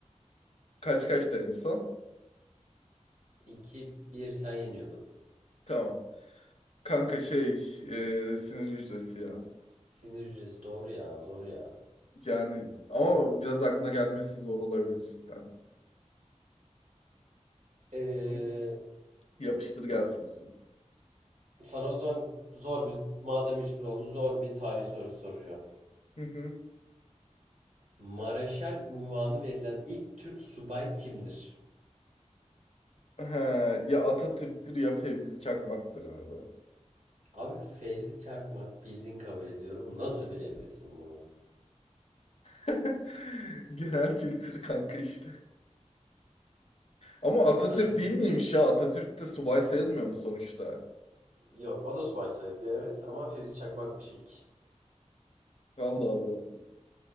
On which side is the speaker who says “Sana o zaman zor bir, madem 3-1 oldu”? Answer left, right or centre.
Right